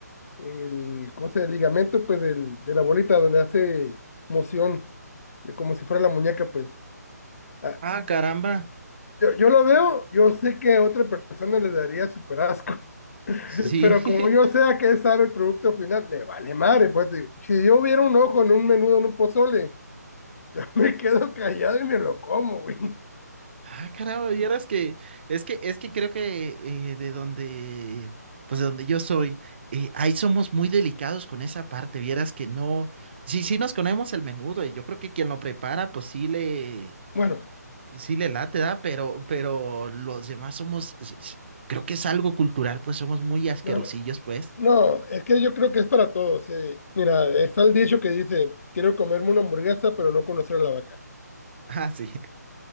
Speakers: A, on the left; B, on the right.
A: el, ¿cómo se llama? El ligamento, pues, del, de la bolita donde hace moción, de como si fuera la muñeca, pues. Ah,
B: Ah, caramba.
A: yo, yo lo veo, yo sé que a otra persona le daría súper asco, <laughs>
B: Sí.
A: pero como
B: <laughs>
A: yo sé a qué sabe el producto final, me vale madre, pues, digo, si yo hubiera un ojo en un menudo, en un pozole, <laughs> me quedo callado y me lo como, güey. <laughs>
B: Ah, caramba, vieras que es que es que creo que eh, de donde pues de donde yo soy, eh, ahí somos muy delicados con esa parte, vieras que no, sí, sí nos comemos el menudo y yo creo que quien lo prepara pues sí le
A: Bueno,
B: sí le late, da, pero pero los demás somos s- s- creo que es algo cultural, pues somos muy asquerosillos,
A: no, no.
B: pues.
A: No, es que yo creo que es para todos. eh. Mira, está el dicho que dice, quiero comerme una hamburguesa, pero no conocer a la vaca.
B: Ah, sí.